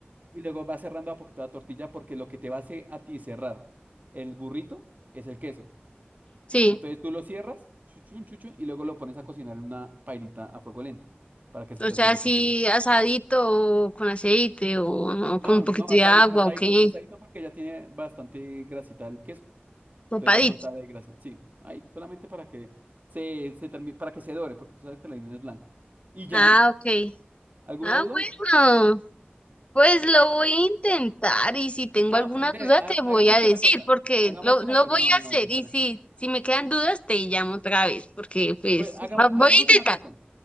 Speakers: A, on the right (about 45°); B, on the left (about 30°).
A: Y luego vas cerrando a poquito la tortilla porque lo que te va a hacer a ti cerrar el burrito es el queso.
B: Sí,
A: Entonces tú lo cierras, chuchun, chuchun, y luego lo pones a cocinar en una pailita a fuego lento para que se
B: o
A: termine
B: sea, así
A: cocinando.
B: asadito o con aceite o, o
A: No,
B: con un poquito
A: no, asadito,
B: de agua
A: asadito,
B: o qué,
A: asadito porque ya tiene bastante grasita el queso,
B: papadito.
A: entonces va a soltar ahí grasa. Sí, ahí, solamente para que se, se termine, para que se dore, porque tú sabes que la harina es blanca. ¿Y ya?
B: Ah, ok.
A: ¿Alguna
B: Ah,
A: duda?
B: bueno. Pues lo voy a intentar y si tengo
A: No,
B: alguna
A: pues ve,
B: duda
A: ha-
B: te voy
A: hagamos
B: a decir
A: una cosa.
B: porque
A: Hagamos
B: lo,
A: una
B: lo
A: cosa.
B: voy
A: No, no,
B: a hacer
A: no, no, espera.
B: y si, si me quedan dudas te llamo otra vez porque pues
A: Pues hagamos,
B: lo voy
A: hagamos
B: a intentar.
A: una cosa.